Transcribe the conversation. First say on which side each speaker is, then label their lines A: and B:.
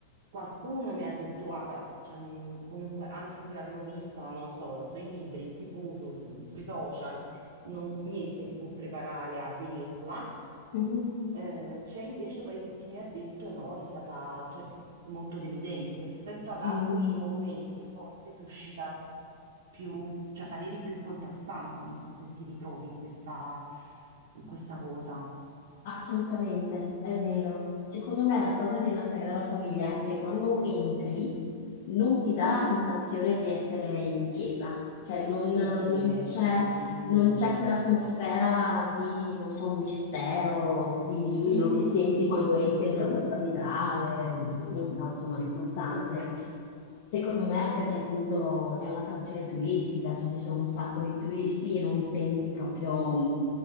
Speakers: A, on the right; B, on the left.
A: qualcuno mi ha detto, guarda, cioè, non- comunque anche se l'avevo vista, non so, sui libri, in TV, sul- sui social, non- niente ti può preparare a vederla.
B: Mhm.
A: Eh, c'è invece poi chi mi ha detto no, è stata cioè, ris- molto deludente rispetto ad altri
B: Mm.
A: monumenti, forse suscita più, cioè, pareri più contrastanti. Non so se ti ritrovi in questa, in questa cosa.
B: Assolutamente, è vero. Secondo me la cosa della Sagrada Famiglia è che quando entri non ti dà
A: Mhm.
B: la sensazione di essere in chiesa, cioè non,
A: In
B: non
A: chiesa.
B: c'è
A: mm.
B: non c'è quell'atmosfera di, non so, mistero divino
A: Mm.
B: che senti quando entri nella cattedrale, insomma, è importante.
A: Ok.
B: Secondo me, perché appunto è un'attrazione turistica, cioè ci sono un sacco di turisti e non senti proprio